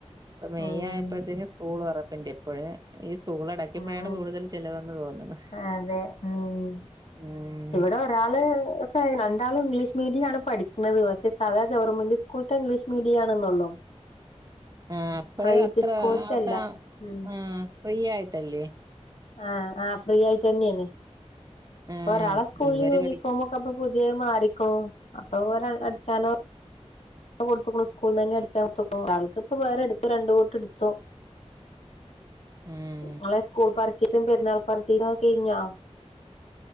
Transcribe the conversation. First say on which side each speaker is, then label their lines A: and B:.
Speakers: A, on the right; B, on the left.
A: ഇപ്പ മെയ്യ്
B: ഉം
A: ആയപ്പോഴത്തേക്കും സ്കൂൾ തുറപ്പിന്റെ ഇപ്പോഴേ ഈ സ്കൂൾ അടക്കുമ്പോഴാണ്
B: ആണ്
A: കൂടുതൽ ചിലവെന്ന് തോന്നുന്നത്
B: അതെ ഉം
A: ഏ
B: ഇവിടെ ഒരാള് ഒക്കെ രണ്ടാളും ഇംഗ്ലീഷ് മീഡിയം ആണ് പഠിക്കുന്നത് പക്ഷെ സാദാ ഗവൺമെന്റ് സ് സ്കൂളത്തെ ഇംഗ്ലീഷ് മീഡിയ ആണന്നള്ളോ
A: ആ അപ്പഴും
B: പ്രൈവറ്റ്
A: അത്ര
B: സ്കൂളത്തെയല്ല
A: അവസാ
B: ഉം
A: ആ ഫ്രീ ആയിട്ടല്ലേ
B: ആ ആ ഫ്രീ ആയിട്ട് തന്നെയാണ്
A: ആ
B: ഇപ്പൊ ഒരാളെ സ്കൂളിൽ
A: ഇവര്
B: യൂണിഫോമ
A: പഠി
B: മൊക്കെ പുതിയ മാറിക്കോ അപ്പൊ ഒര അടിച്ചാനോ കൊടത്തുക്കുണു സ്കൂളിൽ നിന്ന് തന്നെ അടിച്ചാ കൊടു ഒരാൾക്ക് ഇപ്പൊ വേറെ എടുത്തു രണ്ടുകൂട്ടെ എടുത്തു <inaudible>
A: ഉം
B: നിങ്ങളെ സ്കൂൾ പർച്ചീസും പെരുന്നാൾ പർച്ചീസും ഒക്കെ കഴിഞ്ഞോ